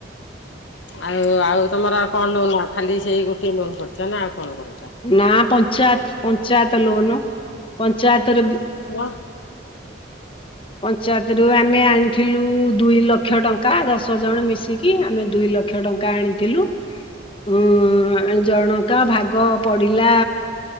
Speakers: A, on the left; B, on the left.
A: ଆଉ ଆଉ ତମର ଆଉ କଣ ଲୋନ ଆ ଖାଲି ସେଇ ଗୋଟେ ଲୋନ କରିଛ ନା ଆଉ କଣ କରି
B: ନା ପଞ୍ଚାୟତ ପଞ୍ଚାୟତ ଲୋନ ପଞ୍ଚାୟତରେ
A: ହଁ
B: ପଞ୍ଚାୟତରୁୁ ଆମେ ଆଣିଥିଲୁ ଦୁଇ ଲକ୍ଷ ଟଙ୍କା ଦଶ ଜଣ ମିଶିକି। କି ଆମେ ଦୁଇ ଲକ୍ଷ ଟଙ୍କା ଆଣିଥିଲୁ। ହୁଁ ଜଣକା ଭାଗ ପଡିଲା।